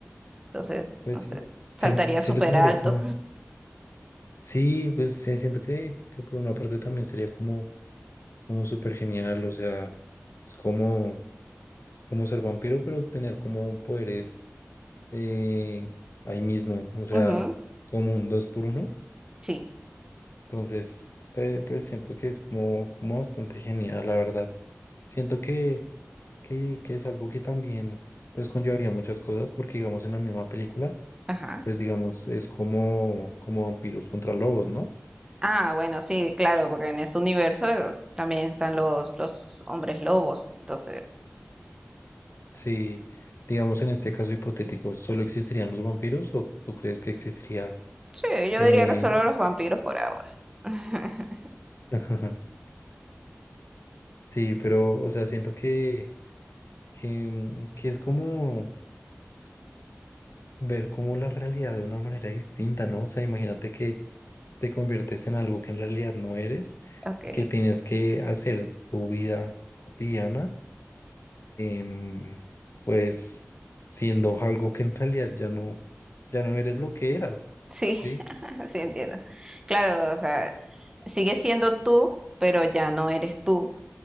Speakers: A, on the right; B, on the left.
A: Entonces,
B: pues
A: no sé,
B: sí,
A: saltaría
B: sien-
A: súper
B: siento que sería
A: alto.
B: como, sí, pues sí, siento que, que por una parte también sería como, como súper genial, o sea, es como... como ser vampiro, pero tener como poderes eh, ahí mismo, o sea,
A: Ujú,
B: como un dos por uno.
A: sí,
B: Entonces, eh, pues siento que es como, como bastante genial, la verdad. Siento que, que, que es algo que también pues conllevaría muchas cosas, porque digamos en la misma película,
A: ajá.
B: pues digamos, es como, como vampiros contra lobos, ¿no?
A: Ah, bueno, sí, claro, porque en ese universo eh, también están los, los hombres lobos. Entonces,
B: Si, digamos en este caso hipotético, ¿solo existirían los vampiros o tú crees que existiría...
A: sí, yo
B: eh,
A: diría que solo los vampiros por ahora. <laughs>
B: <laughs> Sí, pero, o sea, siento que, que, que es como ver como la realidad de una manera distinta, ¿no? O sea, imagínate que te conviertes en algo que en realidad no eres
A: Ok,
B: y que tienes que hacer tu vida cotidiana, em, pues siendo algo que en realidad ya no, ya no eres lo que eras,
A: sí,
B: ¿sí?
A: <laughs>
B: <laughs>
A: sí entiendo. Claro, o sea, Sigue siendo tú, pero ya no eres tú,